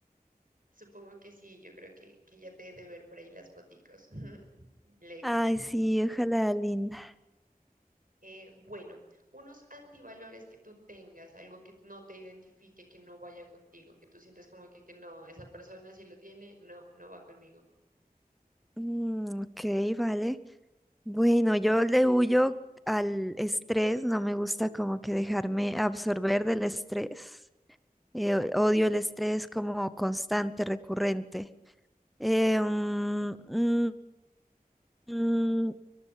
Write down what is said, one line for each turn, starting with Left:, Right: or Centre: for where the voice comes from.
Right: Supongo que sí, yo creo que, que ya te he de ver por ahí las foticos. <laughs> Lejos.
Centre: Ay, sí, ojalá, linda.
Right: Eh, bueno, unos antivalores que tú tengas, algo que no te identifique, que no vaya contigo, que tú sientas como que, que no, esa persona si lo tiene, no, no va conmigo.
Centre: Mm, ok, vale. Bueno, yo le huyo al estrés, no me gusta como que dejarme absorber del estrés. Eh, odio el estrés como constante, recurrente. Eh, mm, mm, mm,